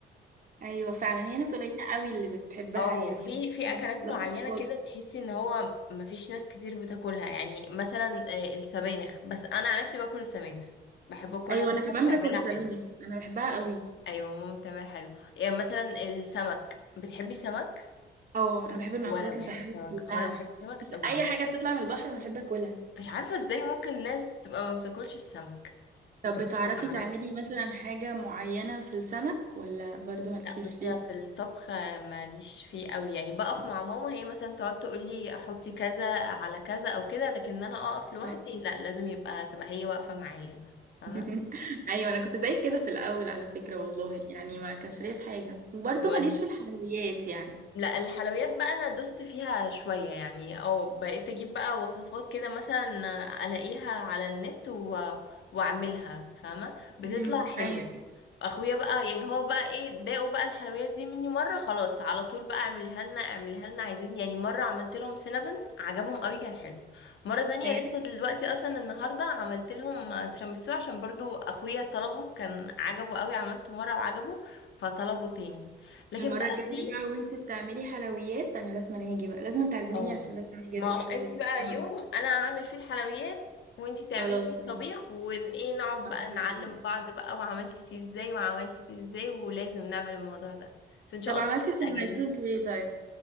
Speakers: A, on the right; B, on the left.
A: ايوه فعلا هي ناس قليلة قوي اللي بتحبها
B: اه
A: يعني
B: في في اكلات
A: بلاش
B: معينه
A: خالص
B: كده تحسي ان هو مفيش ناس كتير بتاكلها يعني مثلا آه، السبانخ بس انا عن نفسي باكل السبانخ بحب اكلها
A: ايوه
B: ماما
A: انا كمان
B: بتعملها
A: باكل السبانخ
B: حلو
A: انا بحبها قوي
B: ايوه ماما بتعملها حلو يعني مثلا السمك بتحبي السمك
A: اه انا بحب المأكولات
B: وانا بحب
A: اللي بحبها
B: السمك
A: كلها
B: وانا بحب السمك
A: بس
B: قوي
A: اي حاجة بتطلع من البحر انا بحب اكلها
B: مش عارفه ازاي ممكن ناس تبقى ما بتاكلش السمك
A: طب
B: بجد
A: بتعرفي
B: ما اعرفش
A: تعملي مثلا حاجة معينة في السمك ولا برضو مالكيش
B: لا بصي
A: فيه؟
B: في الطبخ ماليش فيه قوي يعني بقف مع ماما هي مثلا تقعد تقول لي احطي كذا على كذا او كده لكن انا اقف لوحدي
A: آه.
B: لا لازم يبقى تبقى هي واقفة معايا فاهمة
A: <laughs> ايوه انا كنت زيك كده في الاول على فكرة والله يعني ما كانش ليا في حاجة وبرضو
B: مم.
A: ماليش في الحلويات يعني
B: لا الحلويات بقى انا دوست فيها شوية يعني او بقيت اجيب بقى وصفات كده مثلا الاقيها على النت و... واعملها فاهمة بتطلع
A: امم
B: حلوة
A: ايوه
B: اخويا بقى يعني هو بقى ايه داقوا بقى الحلويات دي مني مرة خلاص على طول بقى اعملها لنا اعملها لنا عايزين يعني مرة عملت لهم سينابون عجبهم قوي كان حلو مرة تانية
A: بجد؟
B: لسه دلوقتي اصلا النهاردة عملت لهم تيراميسو عشان برضو اخويا طلبه كان عجبه قوي عملته مرة وعجبه فطلبه تاني لكن
A: المرة
B: بقى
A: الجاية
B: في
A: بقى وانت بتعملي حلويات انا لازم أنا اجي بقى لازم تعزميني
B: اه
A: عشان لازم اجي
B: ما
A: ادوق
B: هو
A: حلويات
B: انت بقى
A: النهاردة.
B: يوم انا هعمل فيه الحلويات وانت تعملي
A: خلاص
B: فيه الطبيخ
A: ماشي
B: ون ايه نقعد
A: موافقة
B: بقى نعلم
A: جدا
B: بعض بقى وعملتي دي ازاي وعملتي دي ازاي ولازم نعمل الموضوع ده بس ان شاء
A: طب
B: الله
A: عملتي
B: في
A: التيراميسو
B: الاجازه
A: ازاي طيب؟